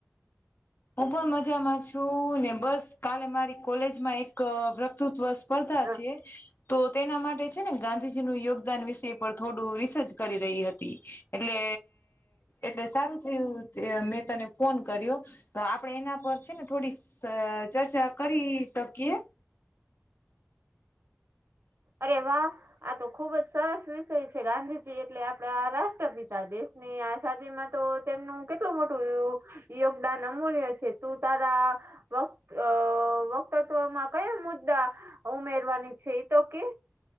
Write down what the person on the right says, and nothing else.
અ
અરે વાહ! આ તો ખુબ જ સરસ વિષય છે. ગાંધીજી એટલે આપડા રાષ્ટ્રપિતા દેશ. ને આ શાદી માં તો તેમનું કેટલું મોટુંું. યોગદાન અમૂલ્ય છે. તું તારા વ વક્તત્વમાં કયા મુદ્દા ઉમેરવાની છે તો કે?